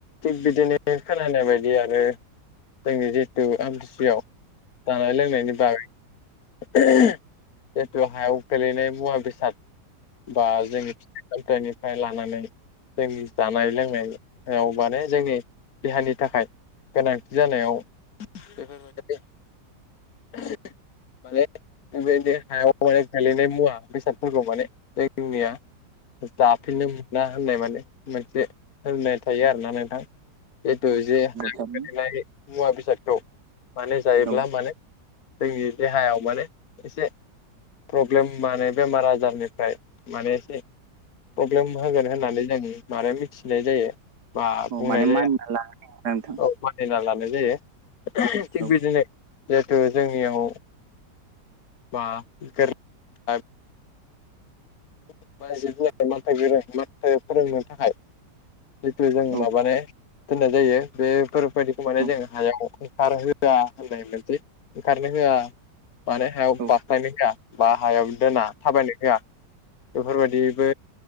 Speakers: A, on the left; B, on the right.
A: थिग बिदिनो खोनानाय बायदि आरो जोंनि जिथु आमथि सुवायाव जानाय लोंनायनि बागै जिथु हायाव गेलेनाय मुवा बेसाद बा जों सिन्थायनिफ्राय लानानै जोंनि जानाय लोंनाय याव माने जोंनि देहानि थाखाय गोनांथि जानायाव बेफोरबायदि <unintelligible> माने बेबायदि हायाव गेलेनाय मुवा बेसादफोरखौ माने <unintelligible> जाफिननो मोना होननाय माने मोनसे होननाय थायो आरोना नोंथां। जिथु जे हायाव
B: थारैनो
A: गोलैनाय मुवा बेसादखौ माने जायोब्ला
B: औ
A: माने जोंनि देहायाव माने एसे प्रब्लेम माने बेमार आजारनिफ्राय माने एसे प्रब्लेम होगोन होननानै जों माने मिथिनाय जायो। बा बुंनाय
B: माने
A: जाया
B: मानिना लानो नागिरा नोंथां
A: औ मानिना लानाय जायो थिग
B: औ
A: बिदिनो जिहेथु जोंनियाव बा गोरा <unintelligible> फोरोंनो थाखाय जिथु जों
B: औ
A: माबानाय दोननाय जायो बेफोरबायदिखौ माने
B: औ
A: जों हायाव ओंखार होआ होननाय मोनसे ओंखारनो होआ माने हायाव
B: औ
A: बाख्लायनो होआ बा हायाव दोना थाबायनो होआ। बेफोरबायदिबो